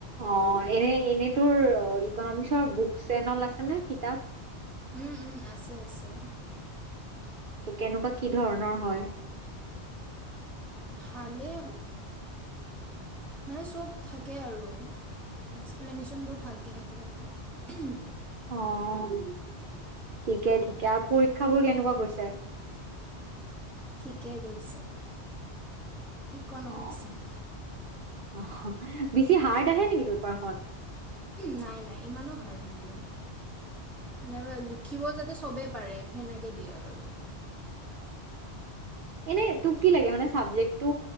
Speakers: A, on the right (about 55°); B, in the centre.
A: অহ এনেই এনেই তোৰ ইকনমিক্সৰ বুকছ চেনল আছে নে কিতাপ।
B: উম উম আছে আছে।
A: কেনেকুৱা কি ধৰণৰ হয়?
B: ভালে।
A: <inaudible>
B: মানে চব থাকে আৰু। এক্সপ্লেনেশ্যনবোৰ ভালকে থাকে আৰু।
A: অ', ঠিকে, ঠিকে আৰু পৰীক্ষাবোৰ কেনেকুৱা গৈছে?
B: ঠিকেই গৈছে, ইকনমিক্সত।
A: অ অ', বেছি হাৰ্ড আহে নেকি পেপাৰখন?
B: নাই, নাই, ইমানো হাৰ্ড নিদিয়া। নাই মানে লিখিবও যাতে চবেই পাৰে সেনেকে দিয়ে আৰু।
A: এনেই তোক কি লাগে মানে চাবজেক্টটো